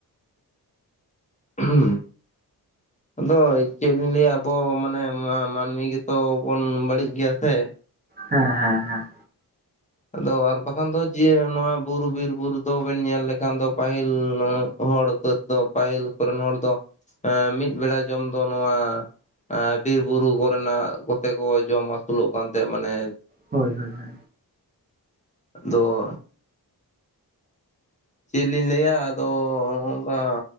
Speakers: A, on the left (about 20°); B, on the right (about 25°).
A: <unintelligible> ᱟᱫᱚ ᱪᱮᱫ ᱞᱤᱧ ᱞᱟᱹᱭᱟ ᱟᱵᱚ ᱢᱟᱱᱮ ᱢᱟ-ᱢᱟᱹᱱᱢᱤ ᱜᱮᱛᱚ ᱵᱚᱱ ᱵᱟᱹᱲᱤᱡ ᱜᱮᱭᱟ ᱥᱮ᱾
B: ᱦᱮᱸ ᱦᱮᱸ ᱦᱮᱸ᱾
A: ᱟᱫᱚ ᱟᱨ ᱵᱟᱠᱷᱟᱱ ᱫᱚ ᱡᱮ ᱱᱚᱣᱟ ᱵᱩᱨᱩ ᱵᱤᱨ ᱵᱩᱨᱩ ᱫᱚᱵᱮᱱ ᱧᱮᱞ ᱞᱮᱠᱷᱟᱱ ᱫᱚ ᱯᱟᱹᱦᱤᱞ ᱦᱚᱲ <inaudible> ᱫᱚ ᱯᱟᱹᱦᱤᱞ ᱠᱚᱨᱮᱱ ᱦᱚᱲ ᱫᱚ ᱮᱸ ᱢᱤᱫ ᱵᱮᱲᱟ ᱡᱚᱢ ᱫᱚ ᱱᱚᱣᱟ ᱮ ᱵᱤᱨ ᱵᱩᱨᱩ ᱠᱚᱨᱮᱱᱟᱜ ᱠᱚᱛᱮ ᱠᱚ ᱡᱚᱢ ᱟᱹᱥᱩᱞᱚᱜ ᱠᱟᱱ ᱛᱟᱦᱮᱸ ᱢᱟᱱᱮ
B: ᱦᱳᱭ ᱦᱳᱭ ᱦᱳᱭ᱾
A: ᱫᱚ᱾ ᱪᱮᱫ ᱞᱤᱧ ᱞᱟᱹᱭᱟ ᱟᱫᱚ ᱦᱚᱸ-ᱚᱝᱠᱟ᱾